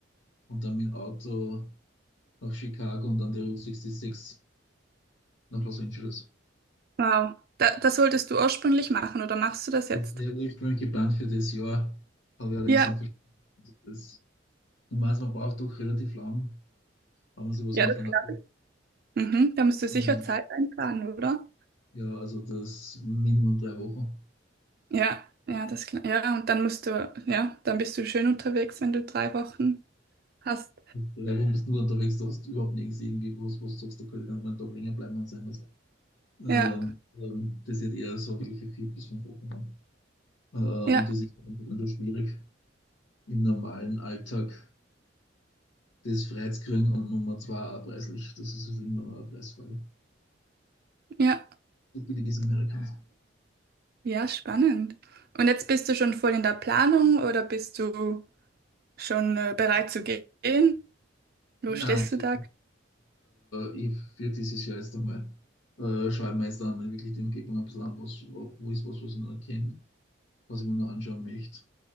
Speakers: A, on the left; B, on the right.
A: und dann mit dem Auto nach Chicago und dann die Route 66 nach Los Angeles.
B: wow. Da, das wolltest du ursprünglich machen oder machst du das jetzt?
A: Das wäre ursprünglich geplant für das Jahr, habe ich allerdings
B: Ja,
A: dann verschoben. Das, man man braucht doch relativ lang, wenn man sich was
B: ja,
A: anschauen
B: das glaube ich. Mhm, da musst du sicher
A: will.
B: Zeit einplanen, oder?
A: Ja, also das Minimum drei Wochen.
B: Ja, ja, das klar. Ja, und dann musst du, ja, dann bist du schön unterwegs, wenn du drei Wochen hast.
A: Drei Wochen bist du nur unterwegs, da hast du überhaupt nichts irgendwie, was, was du sagst, da könnte man einen Tag länger bleiben und sein was. Ähm,
B: Ja,
A: ähm, das ist eher so wirklich für vier bis fünf Wochen dann. Äh,
B: ja,
A: und das ist dann schwierig im normalen Alltag das freizukriegen und Nummer zwei erpresslich. Das ist halt irgendwann mal eine Preisfrage.
B: ja,
A: So billig ist Amerikans.
B: ja, spannend. Und jetzt bist du schon voll in der Planung oder bist du schon äh, bereit zu gehen? Wo
A: Nein,
B: stehst
A: also,
B: du da?
A: äh, ich für dieses Jahr jetzt einmal äh, schaue ich mir jetzt dann wirklich die Umgebung ein bisschen an, was, wo ist was, was ich noch erkenne, was ich mir noch anschauen möchte.